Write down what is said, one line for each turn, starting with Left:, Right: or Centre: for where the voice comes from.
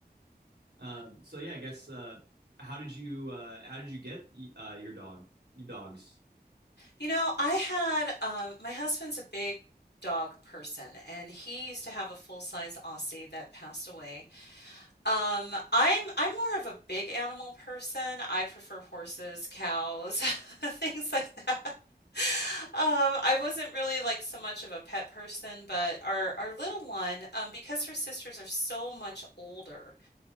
Right: Um, so yeah, I guess uh, how did you uh, how did you get uh, your dog your dogs?
Left: You know, I had uh, my husband's a big dog person, and he used to have a full-size Aussie that passed away. Um, I'm I'm more of a big animal person. I prefer horses, cows, <laughs> things like that. Um, I wasn't really like so much of a pet person, but our our little one, um, because her sisters are so much older,